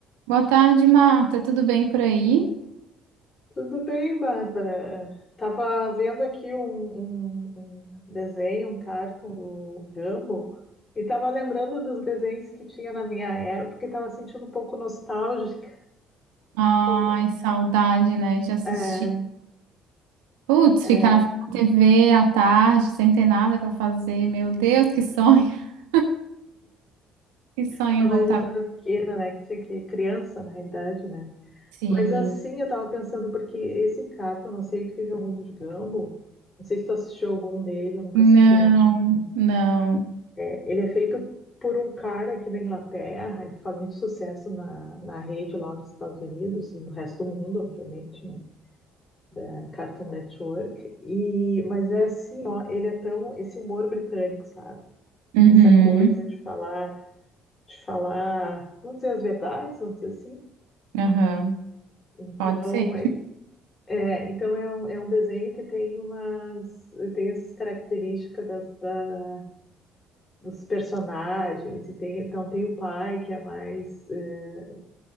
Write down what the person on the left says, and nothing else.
Tudo bem, Bárbara? Tava vendo aqui um, um- um desenho, um cartoon do Gumball, e tava lembrando dos desenhos que tinha na minha época e tava sentindo um pouco nostálgica,
como,
é,
é,
quando
a gente era pequena, né? Que tinha que, criança, na realidade, né?
Mas assim, eu tava pensando, porque esse cartoon, não sei o que é o mundo de Gumball, não sei se tu assistiu algum dele, eu nunca
assisti nenhum.
É, ele é feito por um cara aqui da Inglaterra e faz muito sucesso na, na rede lá nos Estados Unidos e no resto do mundo, obviamente, né? Da Cartoon Network. E, mas é assim, ó, ele é tão, esse humor britânico, sabe?
Essa coisa de falar, de falar, vamos dizer as verdades, vamos dizer assim.
Então,
é, é, então é um, é um desenho que tem umas, tem essas características das, da, dos personagens, e tem, então tem o pai que é mais, eh,